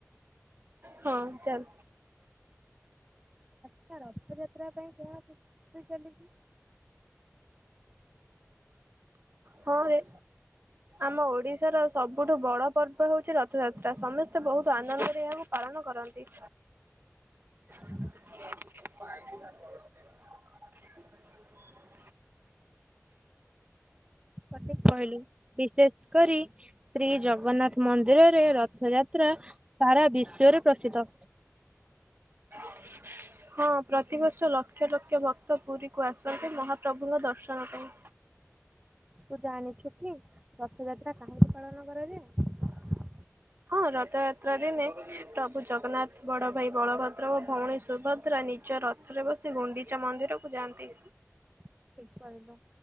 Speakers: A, on the right; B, on the right.
A: ହଁ ଚାଲ।
B: ଆଚ୍ଛା ରଥଯାତ୍ରା ପାଇଁ କଣ ପ୍ରସ୍ତୁତି ଚାଲିଛି?
A: ହଁରେ। ଆମ ଓଡିଶାର ସବୁଠୁ ବଡ ପର୍ବ ହଉଛି ରଥଯାତ୍ରା ସମସ୍ତେ ବହୁତ ଆନନ୍ଦରେ ଏହାକୁ ପାଳ ନ କରନ୍ତି।
B: <inaudible>
A: <inaudible>
B: ସଠିକ କହିଲୁ ବିଶେଷ କରି ଶ୍ରୀ ଜଗ ଜଗନ୍ନାଥ ମନ୍ଦିରରେ ରଥଯାତ୍ରା ସାରା ବିଶ୍ଵ ରେ ପ୍ରସିଦ୍ଧ।
A: <inaudible> ହଁ ପ୍ରତିବର୍ଷ ଲକ୍ଷ ଲକ୍ଷ ଭକ୍ତ ପୁରୀକୁ ଆସନ୍ତି ମହାପ୍ରଭୁଙ୍କ ଦର୍ଶନ ପାଇଁ।
B: ତୁ ଜାଣିଛୁ କି ରଥଯାତ୍ରା କାହିଁକି ପାଳନ କରା ଯାଏ।
A: ହଁ ରଥଯାତ୍ରା ଦିନେ ପ୍ରଭୁ ଜଗନ୍ନାଥ ବଡ ଭାଇ ବଳଭଦ୍ର ଓ ଭଉଣୀ ସୁଭଦ୍ରା ନିଜ ରଥରେ ବସି ଗୁଣ୍ଡିଚା ମନ୍ଦିରକୁ ଯାଆନ୍ତି।
B: <inaudible> ଠିକ କହିଲୁ